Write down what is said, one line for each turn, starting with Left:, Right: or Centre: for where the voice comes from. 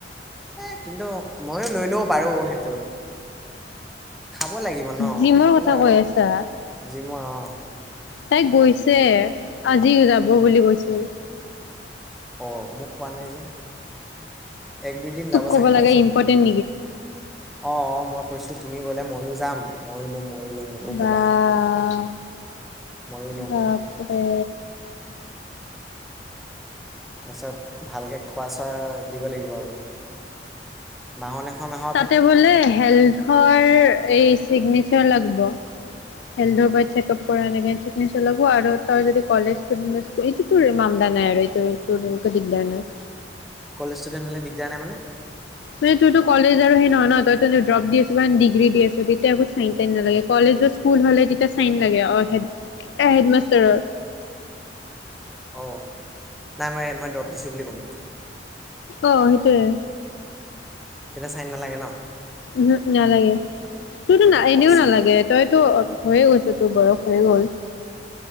Centre: এই কিন্তু ময়ো লৈ ল'ব পাৰোঁ সেইটোত। খাব লাগিব ন'
Left: জিমৰ
Centre: খাবলৈ
Left: কথা
Centre: আৰু
Left: কৈ আছা
Centre: জিমৰ অ'
Left: তাই গৈছে আজি যাব বুলি কৈছিল।
Centre: অ' মোক কোৱা নাই যে এক দুই দিন
Left: তোক
Centre: যাব
Left: ক'ব
Centre: চাগে
Left: লাগে
Centre: তাৰপিছত
Left: ইম্পৰ্টেণ্ট
Centre: ক'ব নেকি। অ' অ' মই কৈছোঁ তুমি গ'লে ময়ো যাম ময়ো লম ময়ো লম। মোকো
Left: বাহ,
Centre: কবা ময়ো লম
Left: বাপৰে।
Centre: তাৰ পিছত ভালকে খোৱা চোৱা দিব লাগিব আৰু। বাহন এখন আঁহ
Left: তাতে বোলে হেল্থৰ এই চিগনি চে লাগব। হেল্থৰ পৰা চেকাপ কৰা এনেকে লাগে। নি চলাব, আৰু তই যদি কলেজ ষ্টুডেণ্ট আছিলি এইটো তোৰ মামলা নাই আৰু এইটো এইটো তোৰ একো দিগদাৰ নাই।
Centre: কলেজ ষ্টুেডেণ্ট হ'লে দিগদাৰ নাই মানে?
Left: মানে তইতো কলেজ আৰু সেই নহয় ন, তইতো ড্ৰপ দি আছ বা ডিগ্ৰী দি আছ, তেতিয়া একো চাই টাইন নালাগে। কলেজ বা স্কুল হ'লে তেতিয়া চাইন লাগে অ' হে হেডমাষ্টাৰৰ।
Centre: অ' নাই মই ইয়াত ড্ৰপ দিছো বুলি ক'ম।
Left: অ' সেইটোৱে।
Centre: তেতিয়া চাইন নালাগে ন?
Left: উ'হু' নালাগে। তোৰতো
Centre: সিহঁতক পইচা
Left: এনেও নালাগে। তইতো হৈয়ে গৈছে তোৰ বয়স হৈয়ে গ'ল।